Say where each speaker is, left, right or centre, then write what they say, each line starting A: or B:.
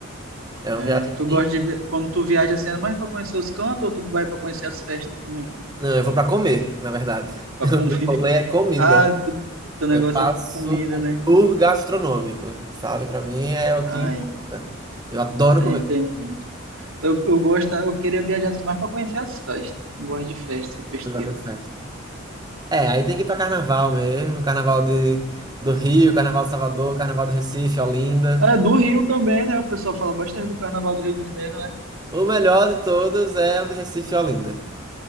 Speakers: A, on the right; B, on the right.
A: É uma
B: É,
A: viagem
B: tu gosta de vi- quando tu viaja assim, é mais pra conhecer os cantos ou tu vai pra conhecer as festas também?
A: Não, eu vou pra comer, na verdade.
B: Pra
A: <laughs>
B: comer?
A: O meu
B: <laughs>
A: rolê é comida.
B: Ah, tu- teu negócio
A: Eu faço
B: é comida,
A: um
B: né?
A: tour gastronômico, sabe? Pra mim é o
B: Ah,
A: que importa.
B: en-
A: Eu adoro
B: é,
A: comer.
B: entendi. Eu, eu gosto, eu queria viajar assim, mais para conhecer as festas. Eu Gosto de festa, sou festeiro.
A: Eu gosto de festa. É, aí tem que ir pra carnaval mesmo, carnaval de, do Rio, carnaval de Salvador, carnaval do Recife, Olinda.
B: É, do Rio também, né? O pessoal fala bastante do Carnaval do Rio de Janeiro, né?
A: O melhor de todos é o de Recife e Olinda,